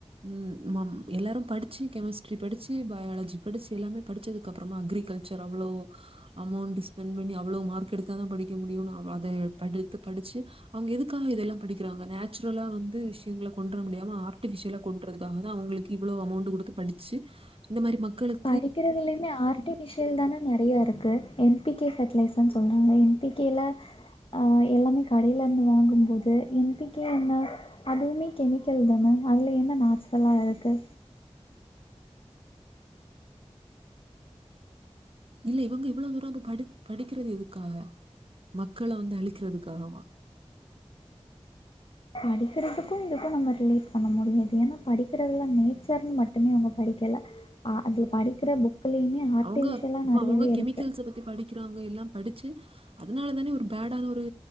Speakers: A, on the right; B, on the left.
A: ம் நம் எல்லாரு படிச்சு கெமிஸ்ட்ரி படிச்சு பயாலஜி படிச்சு எல்லாமே படிச்சது கப்றமா அக்ரிகல்ச்சர் அவ்ளோ அமௌண்ட் ஸ்பெண்ட் பண்ணி அவ்ளோ மார்க் எடுத்தாதா படிக்க முடியும்னு அத படித்து படிச்சு அவங்க எதுக்காக இதெல்லா படிக்கிறாங்க நேச்சுரலா வந்து விஷயங்கள கொண்டு வர முடியாம ஆர்டிஃபிசியலா கொன்றதுக்காகதா அவங்களுக் கி இவ்ளோ அமௌண்ட் கொடுத்து படிச்சு இந்த மாரி மக்களுக்
B: படிக்கிறதுலயுமே ஆர்ட்டிபிஷியல் தான நெறைய இருக்கு என் பி கே ஃபர்டிலைஸன்னு சொல்றாங்க என் பி கே ல அ எல்லாமே கடையில இருந்து வாங்குபோது என் பி கே என்ன அதுவுமே கெமிக்கல் தான அதுல என்ன நாச்சுரலா இருக்கு
A: இல்ல இவங்க இவ்ளோ தூரோ இப்ப படி படிக் றது எதுக்காக மக்கள வந்து அழிக்கிறதுக்காகவா
B: படிக்கிறதுக்கு இதுக்கு நம்ம ரிலேட் பண்ண முடியாது ஏன்னா படிக்கிறதுல நேச்சர்ன்னு மட்டுமே அவங்க படிக்கல அ அதுல படிக்கிற புக்லயுமே ஆர்ட்டிபிஷியலா
A: அவங்க இப்ப
B: நெறையவே
A: அவங்க கெமிக்கல்ஸை
B: இருக்கு
A: பத்தி படிக்கிறாங்க எல்லா படிச்சு அதனால தானே ஒரு பேடான ஒரு